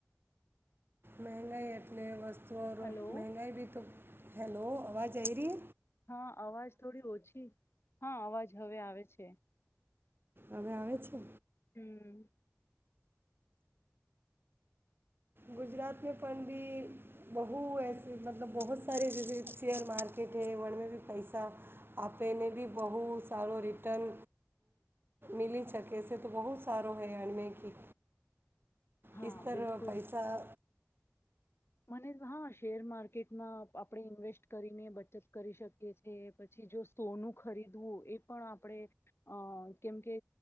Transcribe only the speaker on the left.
હલો
હા અવાજ થોડી ઓછી. હા અવાજ હવે આવે છે.
હમ
હા
બિલકુલ
મને હા શેર માર્કેટમાં આપણે ઇન્વેસ્ટ કરીને બચત કરી શકીએ છીએ પછી જો સોનું ખરીદ. વું એ પણ આપણેે અ. કેમ કે